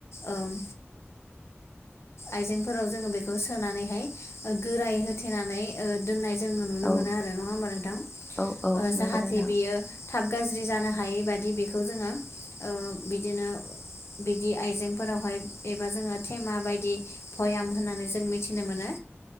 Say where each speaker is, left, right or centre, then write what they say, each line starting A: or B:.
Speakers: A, on the left; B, on the left.
A: ओ-म आइजेंफोराव जोङो बेखौ सोनानैहाय ओ गोराय होथेनानै ओ दोननाय जोङो नुनो
B: औ
A: मोनो आरो नङा होमबा नोंथां?
B: औ औ
A: ओ
B: नंगौ
A: जाहाथे
B: नोंथां
A: बियो थाब गाज्रि जानो हायै बादि बेखौ जोङो ओ बिदिनो बिदि आइजेंफोरावहाय एबा जोङो थेमाबायदि भयाम होना जों मिथिनो मोनो